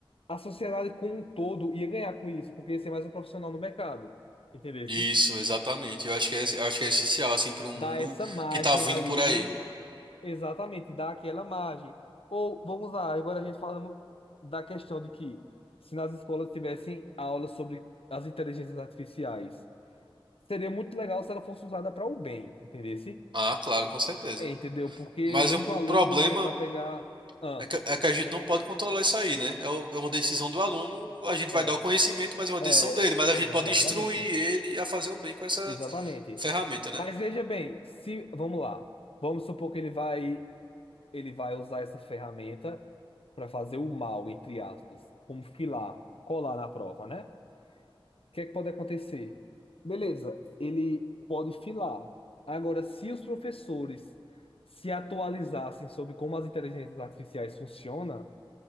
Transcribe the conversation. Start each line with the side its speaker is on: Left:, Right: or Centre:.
Left: a sociedade como um todo ia ganhar com isso, porque ia ser mais um profissional no mercado. Entendesse?
Right: Isso, exatamente. Eu acho que é, eu acho que é essencial, assim, para um mundo
Left: Dá essa margem
Right: que tá vindo
Left: ali
Right: por aí.
Left: de. Exatamente, dá aquela margem. Ou, vamos lá, agora a gente falando da questão de que se nas escolas tivessem aulas sobre as inteligências artificiais, seria muito legal se ela fosse usada para o bem, entendeu?
Right: Ah, claro, com certeza.
Left: É, entendeu? Porque
Right: Mas
Left: muito
Right: o, o
Left: aluno
Right: problema
Left: usa para pegar. Ah,
Right: é que, é que a gente não pode controlar isso aí, né? É, o- é uma decisão do aluno, a gente vai
Left: é,
Right: dar o conhecimento, mas é uma
Left: é,
Right: decisão dele. Mas a
Left: é,
Right: gente
Left: exatamente,
Right: pode instruir ele a fazer o bem com essa
Left: exatamente.
Right: ferramenta, né?
Left: Mas veja bem, se vamos lá, vamos supor que ele vai, ele vai usar essa ferramenta para fazer o mal, entre aspas, como filar, colar na prova, né? O que é que pode acontecer? Beleza, ele pode filar. Agora, se os professores se atualizassem sobre como as inteligências artificiais funcionam